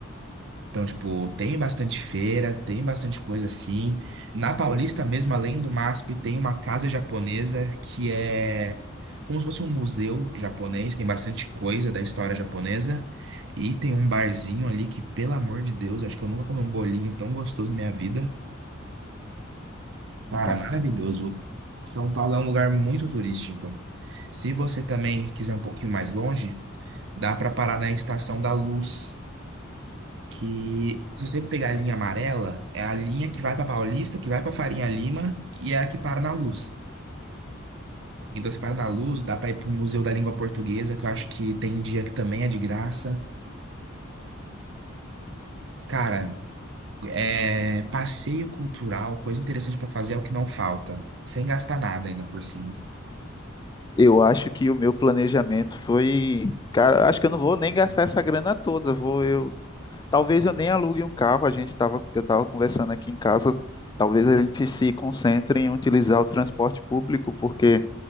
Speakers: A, on the right (about 65°); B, on the left (about 20°).
A: Então, tipo, tem bastante feira, tem bastante coisa assim. Na Paulista mesmo, além do MASP, tem uma casa japonesa que é como se fosse um museu japonês, tem bastante coisa da história japonesa. E tem um barzinho ali que, pelo amor de Deus, acho que eu nunca comi um bolinho tão gostoso na minha vida. Cara,
B: Nossa.
A: maravilhoso. São Paulo é um lugar muito turístico. Se você também quiser um pouquinho mais longe, dá para parar na Estação da Luz que se você pegar a linha amarela, é a linha que vai para Paulista, que vai para Farinha Lima e é a que para na Luz. Então, você para na Luz, dá para ir pro Museu da Língua Portuguesa, que eu acho que tem dia que também é de graça. Cara, é passeio cultural, coisa interessante para fazer é o que não falta, sem gastar nada ainda por cima.
B: Eu acho que o meu planejamento foi, cara, acho que eu não vou nem gastar essa grana toda. Vou eu, talvez eu nem alugue um carro. A gente tava, eu estava conversando aqui em casa. Talvez a gente se concentre em utilizar o transporte público, porque